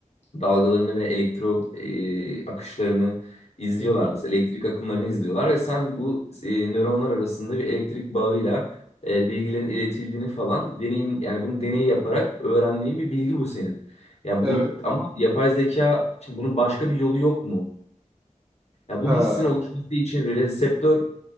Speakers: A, on the left (about 55°); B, on the right (about 15°).
A: dalgalarını ve elektro e, akışlarını izliyorlar
B: Hı hı.
A: mesela elektrik akımlarını izliyorlar ve sen bu e, nöronlar arasında bir elektrik bağıyla e, bilgilerin iletildiğini falan deneyim yani bunu deneyi yaparak öğrendiğin bir bilgi bu senin. Ya
B: Evet.
A: bu ama yapay zeka şimdi bunun başka bir yolu yok mu? Ya bu
B: Ha.
A: hissin oluşması için reseptör